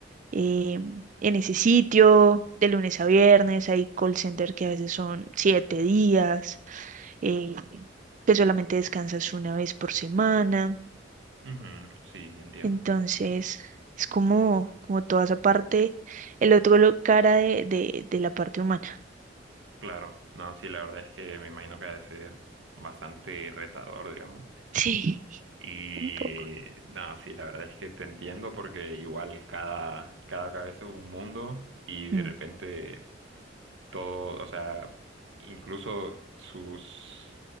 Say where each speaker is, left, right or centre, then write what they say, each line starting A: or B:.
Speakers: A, on the right; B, on the right.
A: eh, en ese sitio, de lunes a viernes, hay call center que a veces son siete días, eh, que solamente descansas una vez por semana.
B: Ujú, Sí, entiendo.
A: Entonces, es como, como toda esa parte, el otro lo- cara de, de, de la parte humana.
B: Claro. No, sí, la verdad es que me imagino que ha de ser bastante retador, digamos.
A: Sí,
B: Y
A: un poco.
B: no, sí, la verdad es que te entiendo porque igual cada, cada cabeza es un mundo y de
A: Mm,
B: repente todo, o sea, incluso sus